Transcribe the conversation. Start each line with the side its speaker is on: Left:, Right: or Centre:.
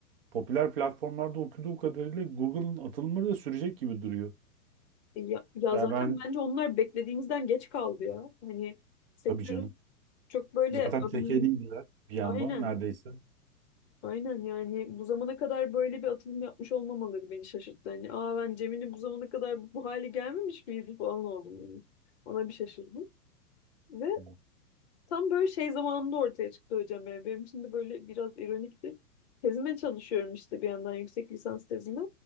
Right: popüler platformlarda okuduğum kadarıyla Google'ın atılımları da sürecek gibi duruyor.
Left: E, Ya, ya
Right: Yani
Left: zaten
Right: ben
Left: bence onlar beklediğimizden geç kaldı ya. Hani sektörün
Right: tabii canım.
Left: çok böyle
Right: Zaten
Left: ım,
Right: tekeliydiler bir yandan
Left: aynen
Right: neredeyse.
Left: Aynen yani bu zamana kadar böyle bir atılım yapmış olmamaları beni şaşırttı. Hani aa ben Cemile bu zamana kadar bu hale gelmemiş miydi falan oldum yani. Ona bir şaşırdım. Ve
Right: Hı
Left: tam böyle şey zamanında ortaya çıktı hocam yani. Benim için de böyle biraz ironikti. Tezime çalışıyorum işte bir yandan yüksek lisans tezime.